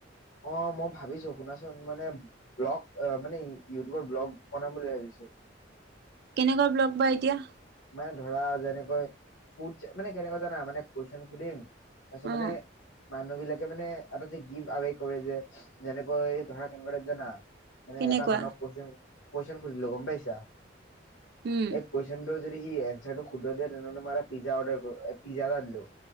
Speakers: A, on the left; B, on the right.
A: অ মই ভাবিছোঁ শুনাচোন মানে ব্লগ মানে ইউটোপত ব্লগ বনাম বুলি ভাবিছোঁ
B: কেনেকুৱা ব্লগ বা এতিয়া
A: মানে ধৰা যেনেকৈ ফুউচ মানে কেনেকা জানা মানে কুৱেচন সুধিম তাছত মানে
B: অ
A: মানুহ বিলাকে মানে এটা যে গিফ্ট আৱে কৰে যে যেনেকৈ ধৰা কেনেকুৱা এ জনা মানে
B: কেনেকুৱা?
A: এটা মানুহক কুৱেশন কুৱেশন সুধিলোঁ গম পাইছা
B: উম।
A: এক কুৱেশনটো যদি সি এচাৰটো শুদ্ধকে দিয়ে তেনেহ'লে মই এটা পিজ্জা অৰ্ডাৰ পিজ্জা এটা দিলোঁ